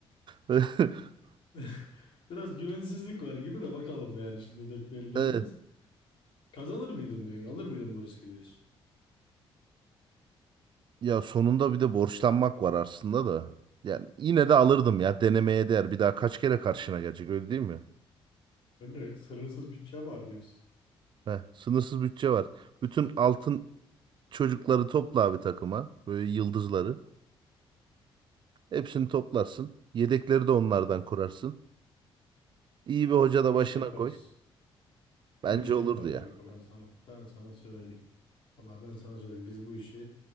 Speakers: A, on the right (about 50°); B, on the left (about 60°).
A: <laughs>
B: <laughs> Biraz güvensizlik var gibi de bakalım yani şimdi çok belli
A: Evet.
B: olmaz. Kazanır mıydım diyorsun? Alır mıydım bu riski diyorsun?
A: Ya sonunda bir de borçlanmak var aslında da. Yani yine de alırdım ya denemeye değer. Bir daha kaç kere karşına gelecek öyle değil mi?
B: Önce sınırsız bütçe var diyorsun.
A: Heh, sınırsız bütçe var. Bütün altın çocukları topla abi takıma. Böyle yıldızları. Hepsini toplarsın. Yedekleri de onlardan kurarsın. İyi bir hoca da
B: Bu
A: başına
B: işi yaparız.
A: koy.
B: Bu
A: Bence
B: işi
A: olurdu
B: yaparız
A: ya.
B: Gökhan ben sana. Ben sana söyleyeyim. Vallahi ben sana söyleyeyim. Biz bu işi